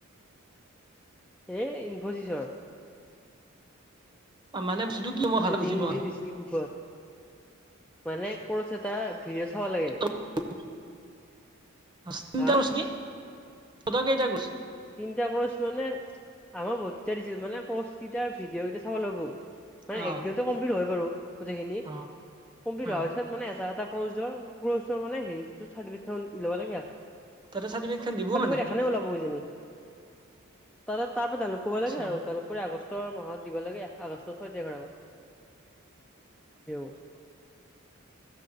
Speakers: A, in the centre; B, on the right.
A: এই ইমফচিচৰ।
B: অ' মানে বস্তুটো কি মই। ভালকে
A: এই
B: বুজি
A: লিংক
B: পোৱা
A: যি
B: নাই
A: দিছিলো গ্ৰুপত। মানে ক'ৰ্চ এটা ভিডিঅ' চাব লাগে।
B: তিনিতা ক'ৰ্চ নেকি তহঁতৰ
A: হা
B: কেইটা ক'ৰ্চ?
A: তিনিটা ক'ৰ্চ মানে, আমাৰ বহুত কেইটা দিছিল মানে ক'ৰ্চ কেইটাৰ ভিডিঅ' কেইটা চাব লাগবো। মানে
B: অ',
A: একদিনতে কমপ্লিট হয় বাৰু গোটেইখিনি।
B: অ',
A: কমপ্লিট
B: অ',
A: হোৱাৰ পিছত মানে এটা এটা ফৰ্যোৰ কোৰ্চৰ মানে হেৰীতো চাৰ্টিপেকেটখন লবা লাগে।
B: তাতে চাৰ্টিফিকেটখন দিব
A: চাৰ্টিফিকেট
B: মানে
A: এখনে ওলাব কিজনী। তা তাৰ পৰা ডাউনলোড কৰিব
B: আচ্ছা
A: লাগে আৰু ডাউনলোড কৰি আগ আগষ্টৰ মাহত দিব লাগে। আগষ্টৰ ছয় তাৰিখৰ আগত <unintelligible>